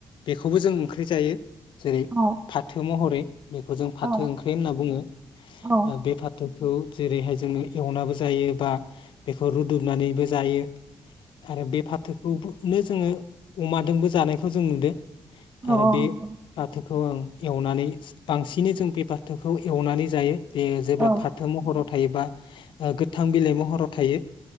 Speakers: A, on the left; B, on the right.
A: बेखौबो जों ओंख्रि जायो जेरै
B: औ
A: फाथो महरै बेखौ जों फाथो
B: औ
A: ओंख्रि होनना बुङो
B: औ
A: बे फाथो खौ जेरैहाय जोङो एवनाबो जायो बा बेखौ रुदुबनानैबो जायो। आरो बे फाथो खौबो नो जोङो अमादोंबो जानायखौ जों नुदो।
B: औ
A: आरो बे
B: नंगौ
A: फाथो बेखौ ओं एवनानै बांसिनै जों बे बाथोखौ एवनानै जायो। बे जेब्ला
B: औ
A: फाथो महराव थायोबा ओ गोथां बिलाइ महराव थायो।